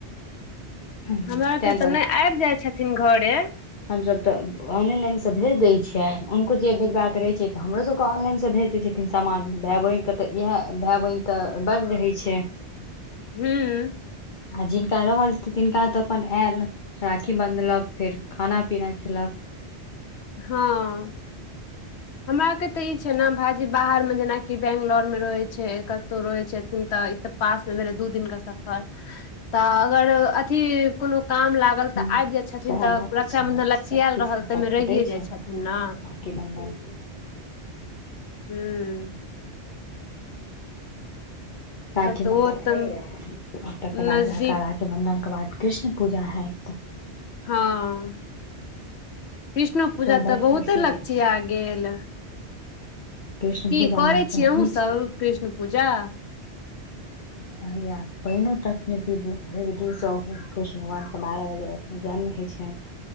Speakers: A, on the left; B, on the left.
A: ताहि
B: हमरा आरके त नै आबि जाइत छथिन घरे।
A: हम सब त ऑनलाइन से भेज देय छियेन हुनको जे भेजवा के रहे छैे ते हमरो सब के ऑनलाइन से भेज देय छै। कि सामान भाय बहिनके त इएह भाय बहिन त बड़ रहै छै।
B: हुॅं।
A: आ जिनका रहल तिनका त अपन आयल राखी बान्हलक फेर खाना पीना खेलक
B: हँ। हमरा आर के त ई छै ने भायजी बाहर मे जेनाकि बंगलोर मे रहै छै कतहु रहै छथिन त पासमे भेलय दु दिन के सफर त अगर अथि कोनो काम लागि गल तखन
A: हूं
B: त आबि जाय छथिन
A: सएह
B: त
A: बात
B: रक्षा
A: छै
B: बंधन लगचियाल
A: सबकिछ
B: रहल
A: के
B: तै
A: सबके
B: मे रहि रुकिये
A: दै
B: जाय
A: छै
B: छथिन न,
A: राखी बंधन
B: हुं।
A: राखीबन्धन
B: तब तऽ ओ तऽ
A: है आज तकर बाद
B: नजदीक
A: हकार राखीबन्धन के बाद कृष्ण पूजा हयत।
B: हँ। कृष्णो पूजा
A: बड
B: त बहुते
A: प्रसिद्ध
B: लगचिया
A: छै
B: गेल
A: कृष्ण
B: की
A: पूजा
B: करै
A: मे
B: छियै
A: तऽ
B: अहुँसभ
A: ई छै
B: कृष्ण पूजा?
A: भैया पैनो तक नै पीबू भरि दिन सहू कृष्ण भगवानके बारह बजे राति जन्म होइ छनि।